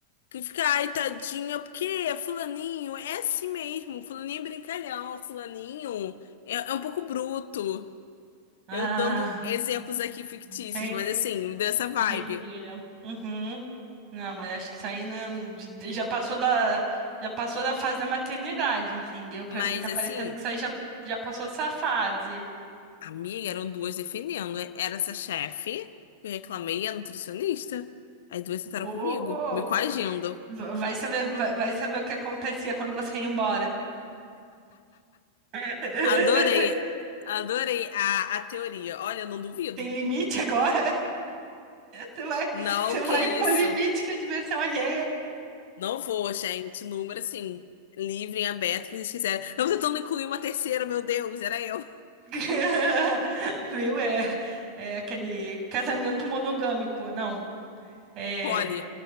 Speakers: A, on the left; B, on the right.
A: Que fica, ai, tadinha, porque é fulaninho é assim mesmo. Fulaninho é brincalhão, fulaninho é, é um pouco bruto.
B: Ah,
A: Eu dando exemplos aqui fictícios,
B: entendi,
A: mas assim, dessa vibe.
B: entendi. Uhum. Não, mas acho que isso aí não- de- de- já passou da, já passou da fase da maternidade, entendeu? Pra
A: Mas
B: mim tá parecendo
A: assim,
B: que isso aí já, já passou dessa fase.
A: amiga, eram duas defendendo. Era essa chefe, que eu reclamei, e a nutricionista. As duas sentaram
B: Oh,
A: comigo, me coagindo.
B: va- vai saber, vai, vai saber o que acontecia quando você ia embora. <laughs>
A: Adorei, adorei a, a teoria. Olha, eu não duvido.
B: Tem limite agora? Você vai,
A: Não,
B: você vai
A: que
B: impor
A: isso.
B: limite na diversão alheia.
A: Não vou, gente. Número assim, livre e aberto, que eles quiserem. Eu tô tentando incluir uma terceira, meu Deus, era eu.
B: <laughs> Viu? É, é aquele casamento monogâmico. Não. É.
A: Poli,